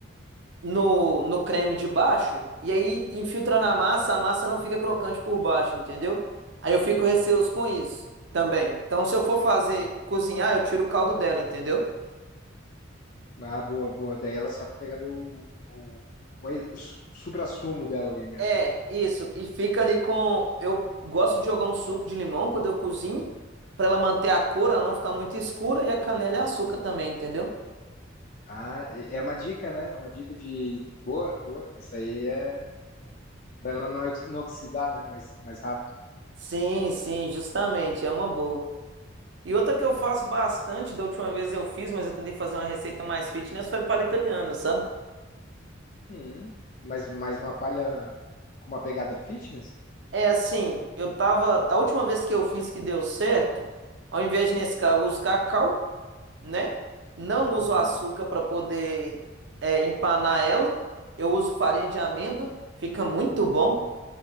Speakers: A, on the right; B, on the left.
A: no, no creme de baixo, e aí infiltra na massa, a massa não fica crocante por baixo, entendeu? Aí eu fico receoso com isso também. Então, se eu for fazer
B: Uhum.
A: cozinhar, eu tiro o caldo dela, entendeu?
B: Ah, boa, boa. Daí ela só pega o, o, o, ex- o su- suprassumo dela ali mesmo.
A: É, isso. E fica ali com. Eu gosto de jogar um suco de limão quando eu cozinho, pra ela manter a cor, ela não ficar muito escura, e a canela e açúcar também, entendeu?
B: Ah, é é uma dica, né? É uma dica de. Boa, boa. Isso aí é. Pra ela não, ex- não oxidar, né? Mais, mais rápido.
A: Sim, sim, justamente, é uma boa. E outra que eu faço bastante, da última vez eu fiz, mas eu tentei fazer uma receita mais fitness, foi palha italiana, sabe?
B: Hum, mas mais uma palha com uma pegada fitness?
A: É assim, eu tava. A última vez que eu fiz que deu certo, ao invés de Nescau, eu uso cacau, né? Não uso
B: Uhum.
A: açúcar para poder é, empanar ela. Eu uso farinha de amêndoa, fica muito bom.